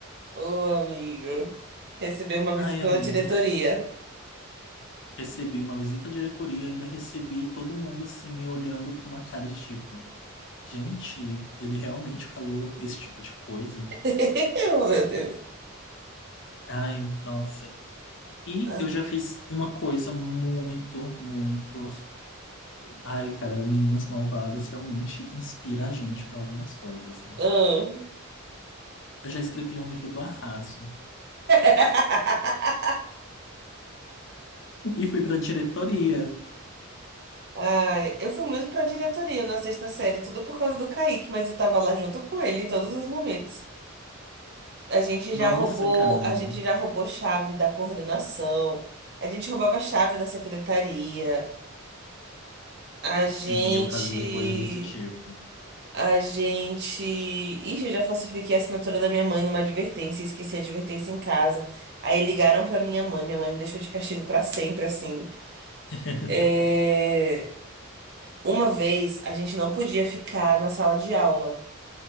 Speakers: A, on the right (about 50°); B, on the left (about 60°).
A: Ô, amigo. Recebeu uma visita
B: Ai, amiga,
A: na diretoria.
B: recebi uma visita à diretoria, ainda recebi todo mundo assim me olhando com uma cara de tipo, gente, ele realmente falou esse tipo de coisa?
A: <laughs> Oh, meu Deus.
B: Ai, nossa. E
A: Ah.
B: eu já fiz uma coisa muito, muito. Ai, cara, Meninas Malvadas realmente inspira a gente para algumas coisas, né?
A: Ah.
B: Eu já escrevi um livro do Arraso
A: <laughs>
B: e fui para diretoria.
A: Ai, eu fui muito pra diretoria na sexta série, tudo por causa do Kaique, mas eu tava lá junto com ele em todos os momentos. A gente
B: Nossa,
A: já roubou,
B: cara.
A: a gente já roubou chave da coordenação, a gente roubava chave da secretaria, a gente,
B: Sim, eu fazia coisa desse tipo.
A: a gente, ixi, eu já falsifiquei a assinatura da minha mãe numa advertência, esqueci a advertência em casa. Aí ligaram pra minha mãe, minha mãe me deixou de castigo pra sempre, assim.
B: <laughs>
A: É, Uma vez a gente não podia ficar na sala de aula.